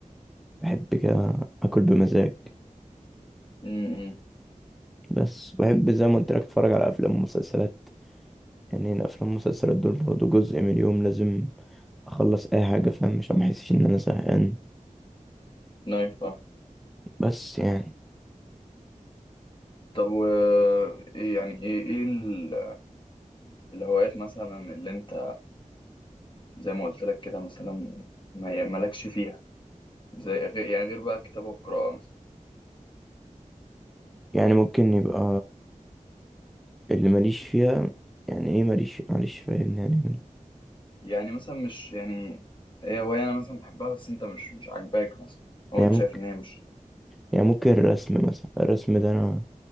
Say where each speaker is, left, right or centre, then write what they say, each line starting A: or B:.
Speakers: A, in the centre; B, on the left.
A: بحب كده اكل بمزاج
B: امم
A: بس بحب زي ما قلت لك اتفرج على افلام ومسلسلات يعني الافلام والمسلسلات دول برضه جزء من اليوم لازم اخلص اي حاجه فاهم عشان ما احسش ان انا زهقان
B: نايف اه
A: بس يعني
B: طب و ايه يعني ايه ايه ال- الهوايات مثلا اللي انت زي ما قلت لك كده مثلا ما مالكش فيها زي غير يعني غير بقى الكتابة والقراءة مثلا
A: يعني ممكن يبقى اللي ماليش فيها يعني ايه ماليش معلش فاهم يعني
B: يعني مثلا مش يعني هي هواية انا مثلا بحبها بس انت مش مش عاجباك مثلا او
A: يعني
B: انت
A: ممكن
B: شايف ان هي مش
A: يعني ممكن الرسم مثلا الرسم ده انا